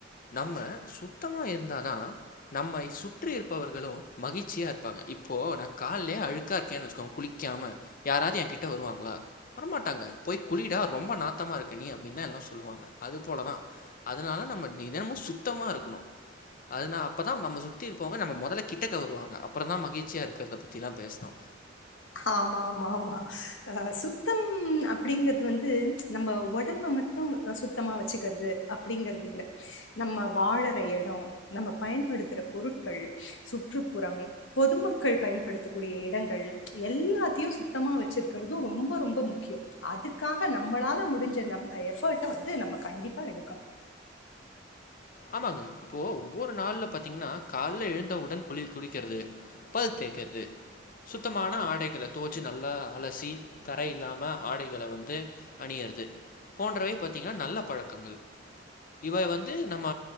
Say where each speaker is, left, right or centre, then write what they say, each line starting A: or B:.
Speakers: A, on the left (about 45°); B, on the left (about 80°).
A: நம்ம சுத்தமாக இருந்தால் தான் நம்ம சுற்றி இருப்பவர்களும் மகிழ்ச்சியாக இருப்பாங்க இப்போது நான் காலயே அழுக்கா இருக்கேன்னு வச்சுக்கோங்க குளிக்காம யாராவது என் கிட்ட வருவாங்களா வரமாட்டாங்க போய் குளிடா ரொம்ப நாத்தமா இருக்க நீ அப்படின்னு தான் எல்லாம் சொல்லுவாங்க அது போலதான் அதனால நம்ம நினமும் சுத்தமா இருக்கணும் அதனா அப்போதான் நம்ம சுத்தி இருப்பங்க நம்ம முதல்ல கிட்டக்க வருவாங்க அப்புறம் தான் மகிழ்ச்சியா இருக்கிறத பத்திலா பேசினோம்
B: ஆமா ஆமா ஆமா ஆ சுத்தம் அப்படிங்கறது வந்து நம்ம உடம்ப மட்டும் சுத்தமா வச்சுக்கிறது அப்படிங்கறது இல்ல நம்ம வாழற இடம் நம்ம பயன்படுத்துற பொருட்கள் சுற்றுப்புறம் பொதுமக்கள் பயன்படுத்தக்கூடிய இடங்கள் எல்லாத்தையும் சுத்தமா வச்சிருக்கறதும் ரொம்ப ரொம்ப முக்கியம் அதுக்காக நம்மளால முடிஞ்ச நம் எஃபர்ட்டை வந்து நம்ம கண்டிப்பா எடுக்கணும்
A: ஆமாங்க இப்போ ஒவ்வொரு நாள்ல பாத்தீங்கன்னா கால எழுந்தவுடன் குளி குளக்கிறது பல் தேக்கிறது சுத்தமான ஆடைகளை தோச்சு நல்லா அலசி கரை இல்லாம ஆடைகளை வந்து அணியறது போன்றவை பாத்தீங்கன்னா நல்ல பழக்கங்கள் இவை வந்து நம்ம